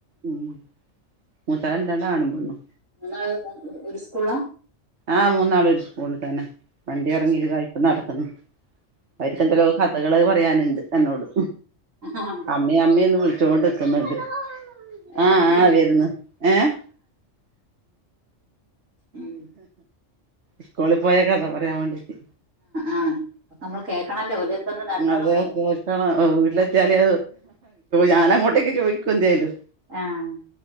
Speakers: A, on the right (about 60°); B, on the right (about 80°).
A: ഉം മൂത്താ <unintelligible> ആണുംപെണ്ണും
B: <unintelligible> ഒരുസ്ക്കുളാ?
A: ആ മൂന്നാളൊരുസ്കൂളിൽതന്നെ വണ്ടിഎറങ്ങിതാ
B: ശരി
A: ഇപ്പൊനടക്കുന്നു അവർക്ക് എന്തല്ലോ കഥകള് പറയാനുണ്ട് എന്നോട്
B: ആ ആ
A: അമ്മ അമ്മയന്ന് വിളിച്ച ച്ചോണ്ട് നിക്ക്ന്നുണ്ട്
B: അത്
A: ആഹ്
B: ശരി
A: ആഹ് വര്ന്ന് ഏഹ്
B: ഉം.
A: സ്കൂള് പോയ കഥ പറയാൻ വേണ്ടിട്ട്
B: ആഹ് അപ്പ നമ്മൾ കേൾക്കണല്ലോ ഓല് എന്തെന്ന് നടന്നന്നൊക്കെ
A: അതെ കേക്കണം വീട്ടിലെത്തിയാല് ഞാൻ അങ്ങോട്ടേക്ക് ചോയ്ക്കും എന്തേലും
B: ആഹ്